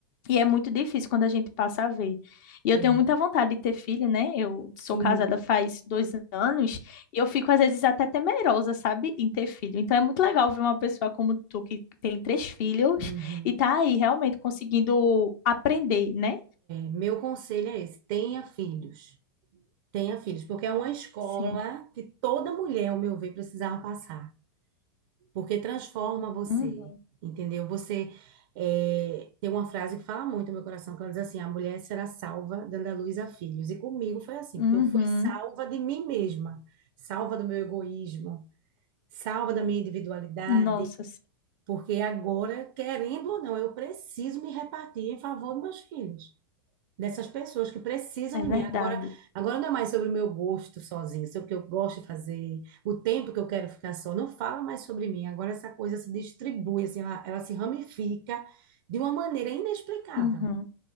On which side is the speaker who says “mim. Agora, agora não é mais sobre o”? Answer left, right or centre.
Right